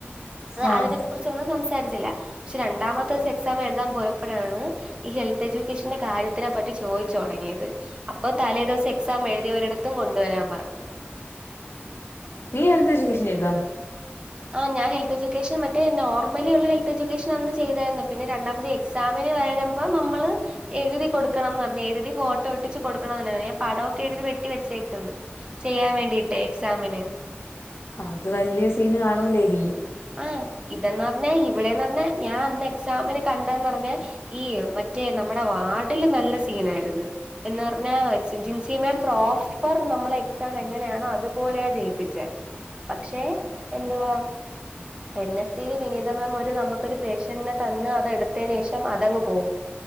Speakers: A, on the left; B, on the right.
A: ആഹ്
B: അതിന് കുറിച്ചൊന്നും സംസാരിച്ചില്ല പക്ഷെ രണ്ടാമത്തീസം എക്സാം എഴുതാൻ പോയപ്പോഴാണ് ഈ ഹെൽത്ത് എജ്യുക്കേഷന്റെ കാര്യത്തിനെ പറ്റി ചോദിച്ചു തുടങ്ങിയത് അപ്പൊ തലേദിവസം എക്സാം എഴുതിയവരിടത്തും കൊണ്ടുവരാൻ പറഞ്ഞു
A: നീ ഹെൽത്ത് എജ്യുക്കേഷൻ ചെയ്താ
B: ആ ഞാൻ ഹെൽത്ത് എഡ്യൂേഷൻ മറ്റേ നോർമലിയുള്ള ഹെൽത്ത് എഡ്യൂക്കേഷൻ അന്ന് ചെയ്തായിരുന്നു പിന്നെ രണ്ടാമത് എക്സാമിന് വരുമ്പോ നമ്മള് എഴുതി കൊടുക്കണംന്ന് പറഞ്ഞ് എഴുതി ഫോട്ടോ ഒട്ടിച്ച് കൊടുക്കണംന്ന് പറഞ്ഞ് ഞാൻ പടൊക്കെ എഴുതി വെട്ടി വെച്ചേക്കുന്ന് ചെയ്യാൻ വേണ്ടിയിട്ടേ എക്സാമിന്
A: അത് വലിയ സീന് കാണൂലേരിക്കും
B: ആഹ് ഇതന്ന് പറഞ്ഞാ ഇവിടെന്ന് പറഞ്ഞ ഞാൻ അന്ന് എക്സാമിനന് കണ്ടന്ന് പറഞ്ഞ ഈ മറ്റേ നമ്മുടെ വാർഡില് നല്ല സീന് ആയിരുന്ന് എന്ന് പറഞ്ഞാ ജിൻസി മാം പ്രോപ്പർ നമ്മളെ എക്സാം എങ്ങനെയാണോ അതുപോലെയാ ചെയ്യിപ്പിച്ചേ പക്ഷെ എന്തുവാ എൻ എസ് റ്റി യിൽ വിനീതമാം ഒരു നമുക്കൊരു പേഷ്യന്റിനെ തന്ന് അതെടുത്തേനേഷം അതങ്ങ് പോവും